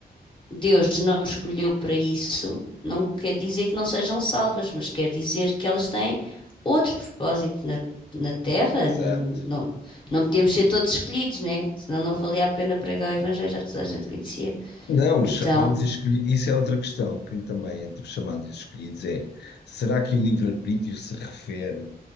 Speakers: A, on the left; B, on the left.
A: Deus não escolheu para isso, não quer dizer que não sejam salvas, mas quer dizer que elas têm outro propósito na, na Terra.
B: Exato.
A: Não, não, não podíamos ser todos escolhidos, né? Senão não valia a pena pregar o Evangelho, já toda a gente conhecia.
B: Não,
A: Então,
B: os chamados e escolhidos, isso é outra questão que também entre os chamados e escolhidos é: será que o livre-arbítrio se refere